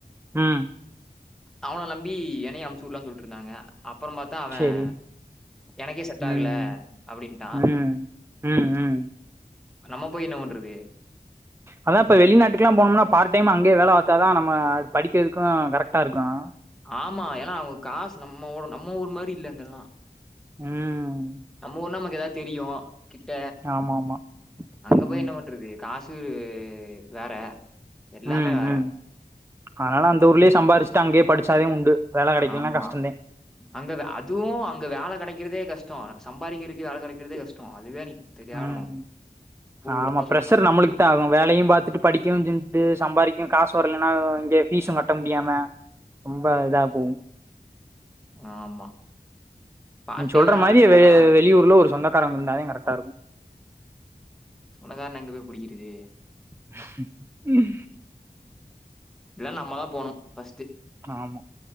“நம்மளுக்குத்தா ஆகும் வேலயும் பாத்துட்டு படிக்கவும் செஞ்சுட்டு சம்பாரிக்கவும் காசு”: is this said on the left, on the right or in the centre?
Right